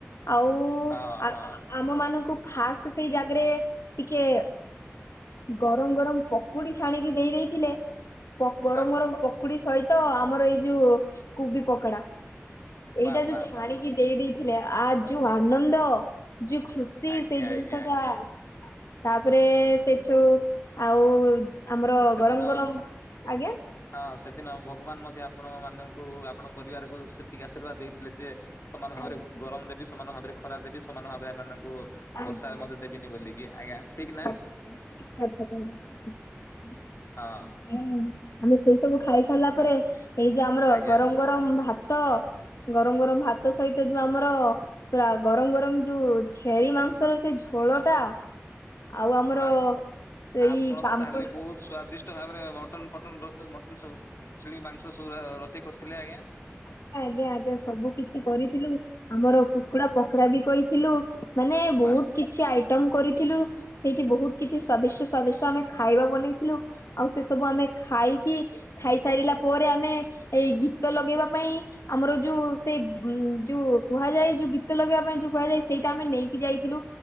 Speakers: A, on the left; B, on the left.
A: ଆଉ
B: ହଁ
A: ଆ,
B: ହଁ
A: ଆମ ମାନଙ୍କୁ ଫାଷ୍ଟ ସେଇ ଜାଗାରେ ଟିକେ ଗରମ ଗରମ ପକୁଡି ଛାଣିକି ଦେଇ ଦେଇଥିଲେ। ପ-ଗରମ
B: ବାଃ
A: ଗରମ ପକୁଡି ସହିତ ଆମର ଏଇ ଯୋଉ କୁବି ପକୋଡା। ଏଇଟା
B: ବାଃ
A: ଯୋଉ
B: ବାଃ
A: ଛାଣିକି
B: ବାଃ
A: ଦେଇ ଦେଇଥିଲେ ଆ ଯୋଉ ଆନନ୍ଦ। ଯୋଉ ଖୁସି
B: ଆଜ୍ଞା
A: ସେଇ ଜିନିଷ
B: ଆଜ୍ଞା ଆଜ୍ଞା
A: ଟା। ତାପରେ ସେଠୁ ଆଉ ଆମର
B: ସେଦିନ
A: ଗରମ ଗରମ ଆଜ୍ଞା।
B: ହଁ ସେଦିନ ଭଗବାନ ମଧ୍ୟ ଆପଣ ମାନଙ୍କୁ ଆପଣଙ୍କ ପରିବାରକୁ ସେତିକି ଆଶୀର୍ବାଦ ଦେଇଥିଲେ ଯେ ସମାନ ଭାବରେ
A: ଆଜ୍ଞା
B: ଗରମ ରେବି ସମାନ ଭାବରେ ଖରା ଦେବି। ସମାନ ଭାବେ ଏମାନଙ୍କୁ
A: ଆଜ୍ଞା,
B: ବର୍ଷା
A: ଆଜ୍ଞା
B: ମଧ୍ୟ
A: ଠିକ
B: ଦେବିନି ବୋଲିକି ଆଜ୍ଞା ନା
A: କଥା କହିଲେ। ଏକଦମ୍ ଠିକ କଥା।
B: ହଁ।
A: ହୁଁ ଆମେ ସେଇ ସବୁ ଖାଇ ସାରିଲା ପରେ। ଏଇ ଯୋଉ ଆମର
B: ଆଜ୍ଞା
A: ଗରମ ଗରମ ଭା ତ ଗରମ ଗରମ ଭାତ ସହିତ ଯୋଉ ଆମର ପୁରା ଗରମ ଗରମ ଯୋଉ ଛି ଛେଳି ମାଂସ ର ସେଇ ଝୋଳ ଟା। ଆଉ ଆମର
B: ବାଃ ଆପଣ
A: ଏଇ ପାମ୍ପଡ
B: ତାହେଲେ ବହୁତ ସ୍ଵାଦିଷ୍ଟ ଭାବରେ ମ ଟନ୍ ଫଟନ୍ ଭ-ଅ, ମଟନ୍ ସ- ଛେଳି ମାଂସ ସବୁରା ରୋଷେଇ କରିଥିଲେ ଆଜ୍ଞା।
A: ଆଜ୍ଞା, ଆଜ୍ଞା, ଆଜ୍ଞା ସବୁ କିଛି କରିଥିଲୁ। ଆମର କୁକୁଡା ପୋକଡା ବି କରିଥିଲୁ। ମାନେ
B: ବାଃ
A: ବହୁତ କିଛି ଆଇଟମ କରିଥିଲୁ। ସେଇଠି ବହୁତ କିଛି ସ୍ଵାଦିଷ୍ଟ ସ୍ଵାଦିଷ୍ଟ ଆମେ ଖାଇବା ବନେଇଥିଲୁ। ଆଉ ସେ ସବୁ ଆମେ ଖାଇକି ଖାଇସାରିଲା ପରେ ଆମେ ଏଇ ଗୀତ ଲଗେଇବା ପାଇଁ ଆମର ଯୋଉ ସେ ଉଁ, ଯୋଉ କୁହାଯାଏ ଯୋଉ ଗୀତ ଲଗେଇବା ପାଇଁ ଯୋଉ କୁହାଯାଏ ସେଇଟା ଆମେ ନେଇ କି ଯାଇଥିଲୁ